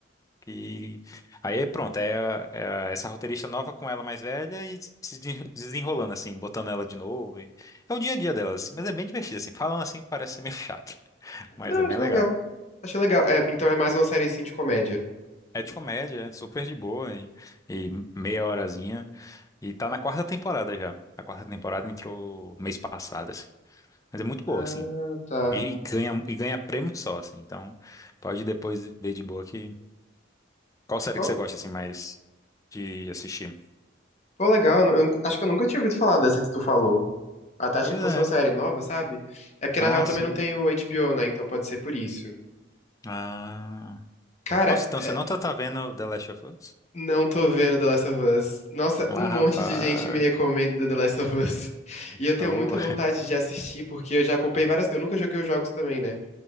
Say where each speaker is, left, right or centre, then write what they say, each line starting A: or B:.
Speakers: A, on the left; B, on the left.
A: que aí é pronto, é, é essa roteirista nova com ela mais velha e se de- desenrolando, assim, botando ela de novo. e- É o dia a dia dela, assim, mas é bem divertido, assim. Falando assim, parece ser meio chato, <laughs> mas
B: Não,
A: é bem
B: acho
A: legal.
B: legal. Achei legal. É, então é mais uma série, assim, de comédia.
A: É de comédia, é super de boa e, e meia horazinha. E tá na quarta temporada já. A quarta temporada entrou mês passado, assim. Mas é muito boa,
B: Ah,
A: assim.
B: tá.
A: E ganha, e ganha prêmio só, assim. Então, Pode depois ver de boa que Qual série
B: Pô,
A: que você gosta assim mais de assistir?
B: pô, legal. Eu nu- eu nu- acho que eu nunca tinha ouvido falar dessa que tu falou. Até achei
A: Pois
B: que
A: é.
B: fosse uma série nova, sabe? É porque
A: Ah,
B: na real também
A: sim.
B: não tem o HBO, né? Então pode ser por isso.
A: Ah.
B: Cara,
A: Nossa, então
B: é,
A: você não tá, tá vendo The Last of Us?
B: não tô vendo The Last of Us. Nossa,
A: Ah,
B: um
A: rapaz.
B: monte de gente me recomenda The Last of Us. <laughs> E eu tenho
A: Oh.
B: muita vontade de assistir, porque eu já acompanhei várias. Eu nunca joguei os jogos também, né?